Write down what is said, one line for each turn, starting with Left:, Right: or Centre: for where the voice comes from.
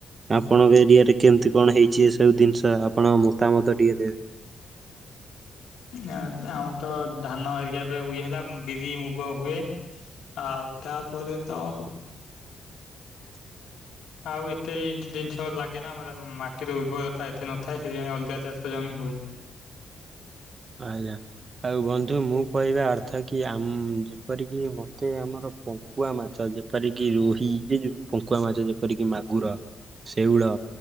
Left: ହୁଁ
Right: ଆପଣଙ୍କ ଏରିଆରେ କେମତି କଣ ହେଇଛି ଏ ସବୁ ଦିନିଷ? ଆପଣ ମତାମତ ଟିକେ ଦେବେ।
Left: ଅ, ଆମର ତ ଧାନ ଏରିକା ଏବେ ଉଇ ହେଲା। ଉଁ ବିରି ମୁଗ ହୁଏ। ଆଉ ତାପରେ ତ ଆଉ ଏତେ ଜିନିଷ ଲାଗେନା। ଆମର ମାଟିର ଉର୍ବରତା ଏତେ ନଥାଏ । ସେଥିପାଇଁ ଅଲଗା ଚାଷ ଜମି ହୁଏ।
Right: ଆଜ୍ଞା। ଆଉ ବନ୍ଧୁ ମୁଁ କହିବା ଅର୍ଥ କି ଆମ୍ ଯେପରିକି ମୋତେ ଆମର ପଙ୍କୁଆ ମାଛ ଯେପରି କିି ରୋହି, ଏଇ ଯୋଉ ପଙ୍କୁଆ
Left: ହୁଁ
Right: ମାଛ ଯେପରିକି ମାଗୁର, ଶେଉଳ